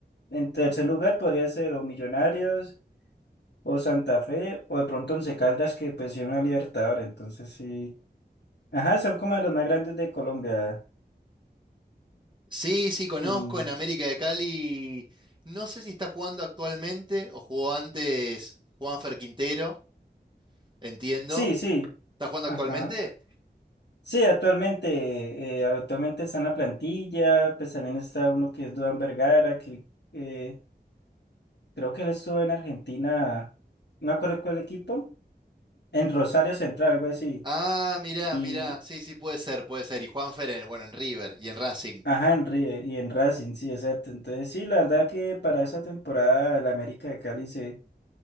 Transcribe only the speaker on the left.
en tercer lugar podría ser o Millonarios o Santa Fe o de pronto Once Caldas que pues lleva una Libertadores, entonces sí. Ajá, son como de los más grandes de Colombia
y
sí, sí,
ajá.
Sí, actualmente, eh, actualmente está en la plantilla, pues también está uno que es Duan Vergara, que eh, creo que él estuvo en Argentina, no me acuerdo cuál equipo, en Rosario Central, algo así,
y
ajá, en River y en Racing, sí, exacto. Entonces sí, la verdad que para esta temporada el América de Cali se,